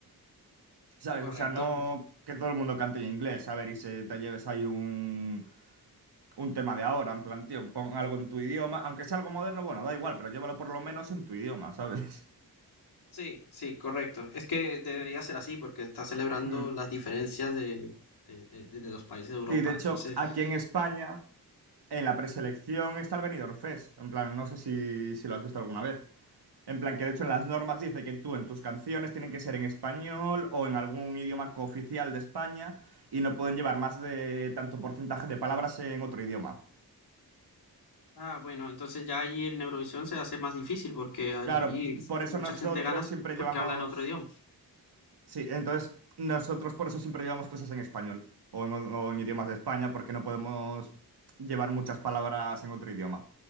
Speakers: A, on the right; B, on the left.
A: ¿sabes?
B: correcto.
A: O sea, no que todo el mundo cante en inglés, a ver, y se te lleves ahí un, un tema de ahora, en plan, tío, pon algo en tu idioma, aunque sea algo moderno, bueno, da igual, pero llévalo por lo menos en tu idioma, ¿sabes? <laughs>
B: Sí, sí, correcto. Es que debería ser así porque está celebrando
A: Mm.
B: las diferencias de, de, de- de- de los países de Europa.
A: Sí, de hecho,
B: Entonces,
A: aquí en España,
B: que-
A: en la preselección está el Benidorm Fest, en plan, no sé si, si lo has visto alguna vez. En plan, que de hecho en las normas dice que tú en tus canciones tienen que ser en español o en algún idioma cooficial de España y no pueden llevar más de tanto porcentaje de palabras en otro idioma.
B: ah, bueno, entonces ya allí en Eurovisión se hace más difícil porque allí
A: Claro, por eso
B: mucha
A: nosotros
B: gente gana
A: siempre
B: porque
A: llevamos...
B: hablan otro idioma.
A: Sí, entonces nosotros por eso siempre llevamos cosas en español o en, o en idiomas de España porque no podemos llevar muchas palabras en otro idioma.